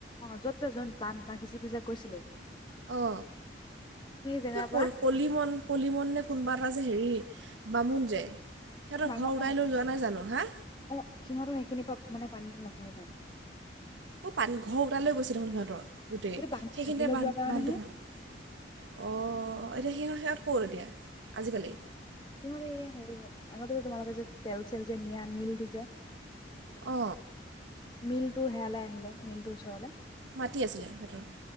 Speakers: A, on the left; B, on the right.
A: অ য'ত যে জইন বান ভাঙিছিল বুলি যে কৈছিলো।
B: অ
A: জেগাৰ
B: কিয় কল
A: পৰা
B: কলি মন কলি মন নে কোনোবা এটা যে হেৰি বামুণ যে সিহঁতৰ
A: বা
B: ঘৰ
A: মই
B: উটাই লৈ
A: অ
B: যোৱা নাই জানো হাঁ?
A: অ সিহঁতৰ সেইখিনি পৰা মানে পানীটো নহয় ইমান।
B: ক'ৰ পানী ঘৰ উটাইলৈ গৈছে দেখোন সিহঁতৰ গোটেই
A: সেইটো বান্ধ
B: সেইখিনিতে
A: ভাগিলৈ
B: বান্ধ
A: যোৱাৰ কাৰণেহে
B: বান্ধটো ভাঙ অ এতিয়া সিহঁত সিহঁত ক'ত এতিয়া আজিকালি?
A: সিহঁতে এইয়া হেৰি আগতে যে তোমালোকে যে তেল-চেল যে নিয়া মিলটো যে
B: অ।
A: মিলটো হেয়ালে আহিলে মিলটোৰ ওচৰলৈ
B: মাটি আছিলে সিঁহতৰ।